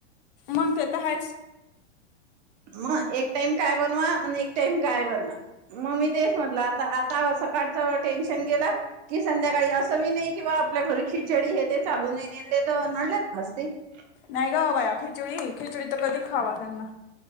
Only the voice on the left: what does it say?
मग ते तर आहेच.
नाही गं बया खिचडी खिचडी तर कधी खावा त्यांना